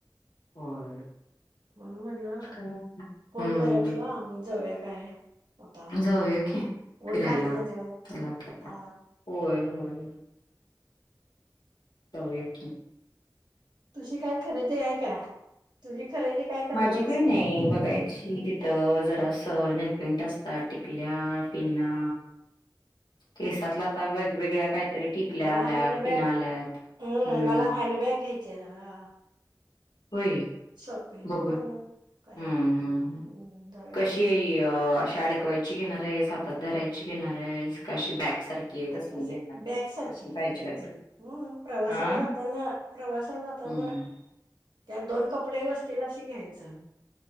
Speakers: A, on the left; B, on the right.
A: होय.
B: म्हणून म्हणलं
A: काय
B: फोन
A: हम्म
B: करूया तुला आम्ही जाऊया काय आता
A: जाऊया की
B: ऊन
A: फिरायला
B: खाली झाल्यावर
A: त्याला काय.
B: हा
A: होय -होय. जाऊया कि
B: तुझी काय खरेदी हाय का? तुझी खरेदी काय करणार
A: माझी
B: आहेस
A: काय नाय बघायची
B: हम्म,
A: तिथ जरास पेंट असतात टिकल्या पिना केसातला आता वेगवेगळ्या काय तरी टिकल्या
B: मला
A: आल्या
B: हँडबॅग
A: पिनाआल्यात
B: हम्म,
A: हम्
B: मला हँडबॅग घ्यायची आहे जरा
A: होय.
B: <unintelligible>
A: बघू हम्म
B: की करूया
A: हम्म हम्म
B: जाऊया
A: कशी
B: जाऊया
A: अ अशि अडकवायची घेणार. ते हातात धरायची घेणार आहेस का अशी बॅक सारखी हे तसली
B: आताच
A: घेता का
B: बॅग सारखी
A: तसली पायजीला
B: घ्यायची
A: तर
B: हम्म प्रवासाला
A: आ
B: जाताना प्रवासाला जाताना
A: अम्म
B: त्यात दोन कपडे बसतील असे घ्यायचं.